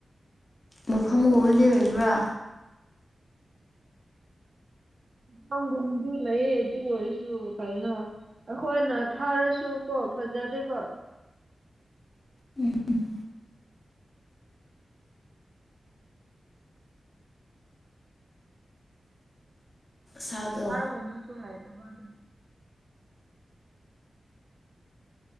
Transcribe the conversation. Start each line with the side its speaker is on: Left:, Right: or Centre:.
Left: ꯃꯐꯝꯒꯨꯝꯕꯗꯤ ꯂꯩꯕ꯭ꯔꯥ
Right: ꯐꯝꯒꯨꯝꯕꯗꯤ ꯂꯩꯌꯦ ꯑꯗꯨ ꯑꯣꯏꯔꯁꯨ ꯀꯩꯅꯣ ꯑꯩꯈꯣꯏꯅ ꯊꯥꯔꯁꯨ ꯀꯣ ꯐꯖꯗꯦꯕ
Left: ꯎꯝ ꯎꯝ ꯁꯥꯗꯣ
Right: ꯍꯥꯔꯒꯨꯝꯕꯁꯨ ꯂꯩꯇꯕ ꯑꯗꯨ